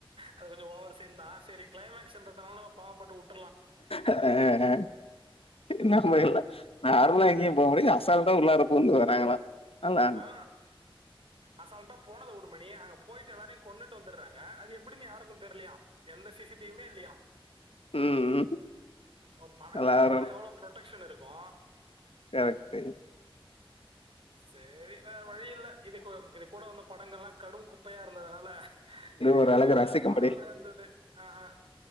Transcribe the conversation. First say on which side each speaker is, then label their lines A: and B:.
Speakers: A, on the right; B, on the left.
A: அது கொஞ்சோ ஓவர் சீன் தா செரி கிளைமக்ஸ்ன்றதனால பாவப்பட்டு உட்
B: ஆ ஆ என்னா நம்ம எல்லா நார்மலா எங்கேயு போக முடியு அசால்டா உள்ளார பூந்து வராங்களா அல்லா
A: ஆ அசால்டா போனது உடு மணி அங்க போயிட்டு எல்லாரையு கொண்ணுட் வந்துடுறாங்க அது எப்டினு யாருக்கு தெர்லையா எந்த சி சி டிவி மே இல்லையா
B: ம் ம்
A: ஒரு பணக்கார
B: எல்லாரு
A: வீடுனா எவ்ளோ ப்ரொடெக்ஷன் இருக்கு
B: கரெக்டு
A: சேரி வேற வழி இல்ல இது இது கூட வந்த படங்கள்ல்லா கடுங் குப்பையா இருந்ததுனால இது
B: ஒரு
A: ஏதோ
B: அழகு
A: ஓரளவுக்கு
B: ரசிக்கும்படி
A: பரவாயில்லயா இருந்தது அஹ